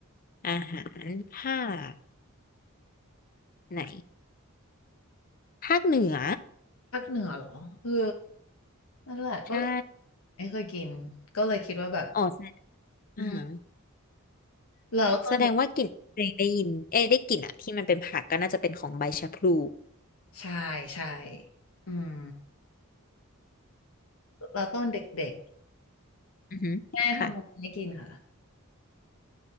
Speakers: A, on the left; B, on the left.
A: อาหารภาคไหน ภาคเหนือ
B: ภาคเหนือเหรอเออนั่นแหละก็
A: ใช่
B: ไม่เคยกินก็เลยคิดว่าแบบ
A: อ๋อใช่
B: อืม
A: อาหาร
B: แล้วตอนเด็ก
A: แสดงว่ากลิ่นเพลงได้ยินเอ้ยได้กลิ่นอะที่มันเป็นผักก็น่าจะเป็นของใบชะพลู
B: ใช่ใช่อืมแล้วตอนเด็ก
A: อือฮึค่ะ
B: ๆแม่ทำอะไรให้กินค่ะ